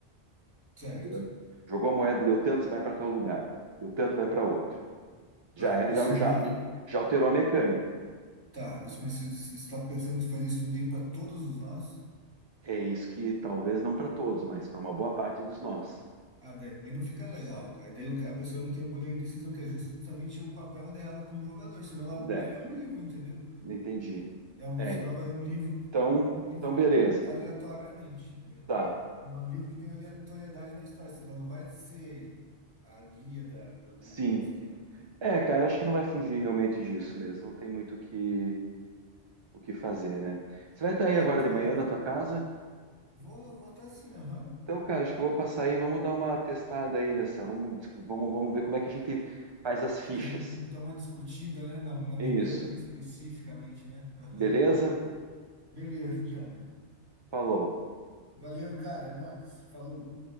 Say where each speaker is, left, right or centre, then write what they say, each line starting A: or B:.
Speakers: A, on the right; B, on the right.
A: Certo.
B: entendeu? Jogou a moeda, deu tanto, você vai para tal lugar. Deu tanto, vai para outro. Já
A: Ah,
B: é,
A: isso
B: já,
A: daí.
B: já, já alterou a mecânica.
A: Tá, isso- mas se se está pensando em fazer isso daí para todos os nós,
B: É isso que talvez não para todos, mas para uma boa parte dos nós.
A: ah, daí não fica legal, cara. Daí o ca- a pessoa não tem o poder de decisão, que é justamente o papel dela como jogador, senão ela
B: É,
A: vai ler um livro, entendeu?
B: entendi.
A: É um,
B: É,
A: senão ela vai ler um livro com
B: então,
A: um livro
B: então beleza.
A: com aleatoriamente, entendeu?
B: Tá.
A: Um um livro que tem aleatoriedade na história, senão ela não vai ser a guia da, da- do,
B: Sim.
A: do esquema, entendeu?
B: É, cara, acho que não vai fugir realmente disso mesmo. Não tem muito o que o que fazer, né? Você vai estar aí
A: É,
B: agora
A: o que
B: de
A: dá,
B: manhã
A: o que
B: na
A: eu
B: tua casa?
A: vou votar assim, aham.
B: Então, cara, acho que eu vou passar aí, vamos dar uma testada aí nessa, vamos, discu- vamos, vamos ver como é que a gente faz as fichas.
A: Fazer um, dar uma discutida, né, na, na mecânica
B: É isso,
A: especificamente, né? Aham.
B: beleza?
A: Beleza, então, mano.
B: Falou.
A: Valeu, cara. É nóis. Falou.